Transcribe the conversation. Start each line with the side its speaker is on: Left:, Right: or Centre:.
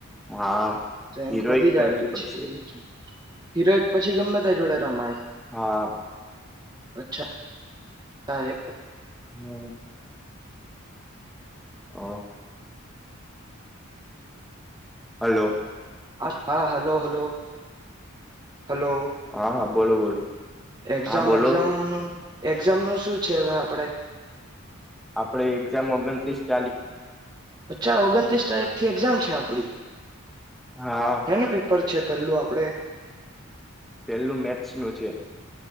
Centre: હા
Right: રેન્ક
Centre: હીરોઈ
Right: વધી
Centre: કરવી પડશે
Right: <unintelligible> હીરો એક પછી ગમે ત જોડે રમાય.
Centre: હા.
Right: અચ્છા! હા એ
Centre: હમ્મ. હ. હલો?
Right: હ હા હલો હલો હલો
Centre: હા હા બોલો, બોલો
Right: એક્ઝામ,
Centre: હા બોલો
Right: એક્ઝામ એક્ઝામ નું શું છે, હવે આપડે
Centre: આપડે એક્ઝામ ઓગણત્રીસ તાલી
Right: અચ્છા, ઓગણત્રીસ તારીખ એક્ઝામ છે, આપડી
Centre: હા
Right: હેનું પેપર છે પેલું આપડે
Centre: પેલું મેસ્ત નું છે